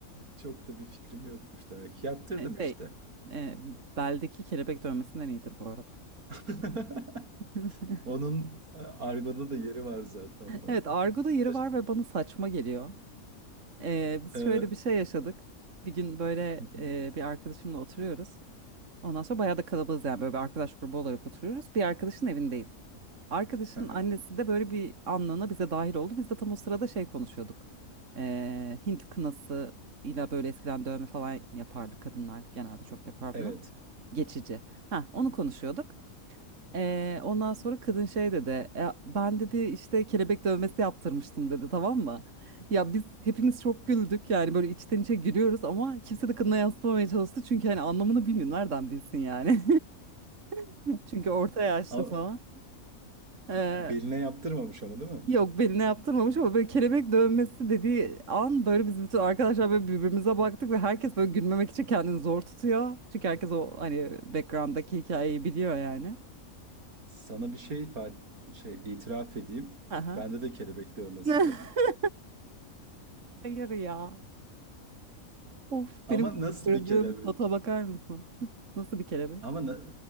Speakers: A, on the right (about 85°); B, on the right (about 60°).
A: çok da bir fikrim yokmuş demek ki. Yaptırdım
B: E, Şey
A: işte.
B: e, beldeki kelebek dövmesinden iyidir bu arada.
A: <laughs>
B: <laughs>
A: Onun e, argoda da yeri var zaten. O.
B: Evet argoda yeri
A: Baş-
B: var ve bana saçma geliyor. E, biz
A: Ee,
B: şöyle bir şey yaşadık. Bir gün böyle
A: <laughs>
B: e, bir arkadaşımla oturuyoruz. Ondan sonra bayağı da kalabalığız yani böyle bir arkadaş grubu olarak oturuyoruz. Bir arkadaşın evindeyiz. Arkadaşın
A: Hı
B: annesi de böyle bir anlığına bize dahil oldu. Biz de tam o sırada şey konuşuyorduk. Ee, Hint kınası ile böyle eskiden dövme falan yapardı kadınlar. Genelde çok yapar
A: Evet.
B: bunu. Geçici. Ha onu konuşuyorduk. Ee, ondan sonra kadın şey dedi. "E, ben dedi işte kelebek dövmesi yaptırmıştım dedi tamam mı? Ya biz hepimiz çok güldük yani böyle içten içe gülüyoruz ama kimse de kadına yansıtmamaya çalıştı. Çünkü hani anlamını bilmiyor nereden bilsin yani. <laughs> Çünkü orta yaşlı
A: Ama
B: falan. Ee,
A: beline yaptırmamış ama değil mi?
B: yok beline yaptırmamış ama böyle kelebek dövmesi dediği an böyle biz bütün arkadaşlar böyle birbirimize baktık ve herkes böyle gülmemek için kendini zor tutuyor. Çünkü herkes o hani background'daki hikayeyi biliyor yani.
A: Sana bir şey ifade, şey itiraf edeyim.
B: Aha.
A: Bende de kelebek dövmesi
B: <laughs>
A: var.
B: Hayır ya. Of
A: Ama
B: benim
A: nasıl
B: kırdığım
A: bir kelebek?
B: kota bakar mısın? <laughs> Nasıl bir kelebek?
A: Ama na-